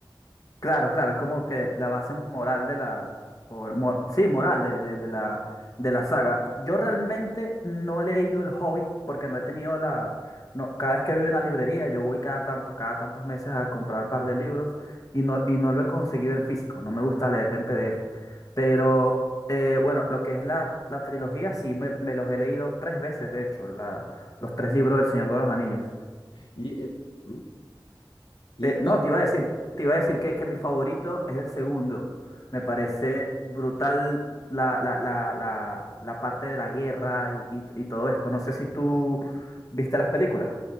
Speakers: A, on the left; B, on the left.
A: Claro, claro, es como que la base moral de la, o mo- sí, moral de, de- de la, de la saga. Yo realmente no he leído El Hobbit porque no he tenido la, no, cada vez que voy a una librería, yo voy cada tanto, cada tantos meses a comprar un par de libros y no, y no lo he conseguido en físico, no me gusta leer en PDF. Pero eh, bueno, lo que es la, la trilogía, sí, me, me los he leído tres veces, de hecho, la- los tres libros
B: Mm.
A: del Señor de los Anillos.
B: Y, el, ¿Mm? y
A: Eh, no,
B: no.
A: te iba a decir, te iba a decir que, que mi favorito es el segundo. Me parece brutal la, la, la, la, la parte de la guerra y, y- y todo esto. No sé si tú viste las películas.